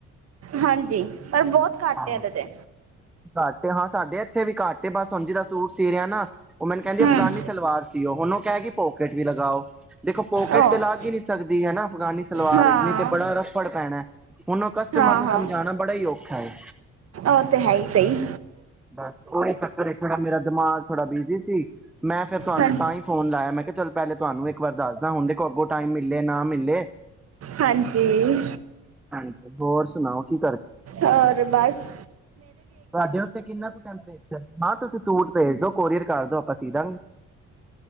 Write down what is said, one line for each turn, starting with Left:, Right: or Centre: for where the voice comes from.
Right: ਹਾਂਜੀ, ਪਰ ਬਹੁਤ ਘੱਟ
Centre: ਹਾਂ
Right: ਏ ਐਦੇ ਤੇ।
Centre: ਘੱਟ ਏ ਹਾਂ ਸਾਡੇ ਐਥੇ ਵੀ ਘੱਟ ਏ, ਬਸ ਹੁਣ ਜਿਦਾ ਸੂਟ ਸੀਅ ਰਿਹਾ ਨਾ ਉਹ ਮੈਨੂੰ ਕਹਿੰਦੀ
Right: ਹਮ
Centre: ਅਫਗਾਨੀ ਸਲਵਾਰ ਸੀਓ, ਹੁਣ ਉਹ ਕਹਿ ਗੀ ਪੋਕੇਟ ਵੀ ਲਗਾਓ ਵੇਖੋ ਪੋਕੇਟ
Right: ਉਹ
Centre: ਤੇ ਲੱਗ ਈ ਨੀ ਸਕਦੀ ਹਨਾ, ਅਫਗਾਨੀ ਸਲਵਾਰ
Right: ਹਾਂ
Centre: ਇਸ ਲਈ ਤੇ ਬੜਾ ਰੱਫੜ ਪੈਣੈ ਹੁਣ ਉਹ ਕਸਟਮਰ
Right: ਹਾਂ
Centre: ਨੂੰ
Right: ਹਾਂ
Centre: ਸਮਝਾਣਾ ਬੜਾ ਈ ਔਖਾ ਏ।
Right: ਉਹ ਤੇ ਹੈ ਹੀ ਸਹੀ
Centre: ਬਸ ਕੋਈ ਚੱਕਰ ਏ ਥੋੜਾ ਮੇਰਾ ਦਿਮਾਗ ਥੋੜਾ ਬਿਜੀ ਸੀ। ਮੈਂ ਫੇਰ ਤੁਹਾਨੂੰ
Right: ਹਾਂ
Centre: ਤਾਂ ਈ ਫੋਨ ਲਾਇਆ ਮੈਂ ਕਿਆ ਪਹਿਲੇ ਤੁਹਾਨੂੰ ਇੱਕ ਵਾਰ ਦੱਸਦਾ ਹੁਣ ਦੇ ਕੋ ਅੱਗੋਂ ਟਾਈਮ ਮਿਲੇ ਨਾ ਮਿਲੇ
Right: ਹਾਂਜੀ
Centre: ਹਾਂਜੀ ਹੋਰ ਸੁਣਾਓ ਕੀ
Right: ਔਰ ਬਸ
Centre: ਤੁਹਾਡੇ ਉੱਤੇ ਕਿੰਨਾ ਕੁ ਟੈਂਪਰੇਚਰ ਹਾਂ ਤੁਸੀਂ ਤੂੜ ਭੇਜ ਦੋ ਕੋਰੀਅਰ ਕਰ ਦੋ ਹਾ ਸੀ ਦਾਗੇ,